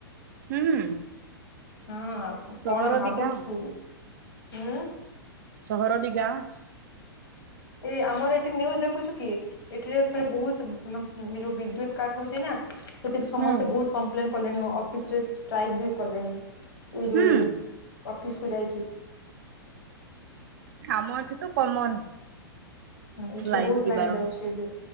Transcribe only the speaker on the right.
ହୁଁ
ସହର
ବି ଗାଁ
ସହର ବି ଗାଁ
ହୁଁ
ହୁଁ
ଆମ ଏଠିତ କମନ!
ଲାଇନ
ଯିବାର